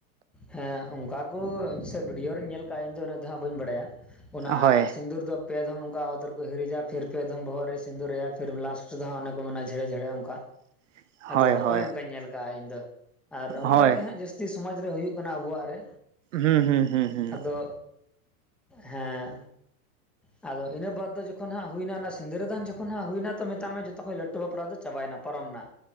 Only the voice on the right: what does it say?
ᱦᱳᱭ
<inaudible>
ᱦᱳᱭ
ᱦᱳᱭ
ᱦᱩᱸ ᱦᱩᱸ ᱦᱩᱸ ᱦᱩᱸ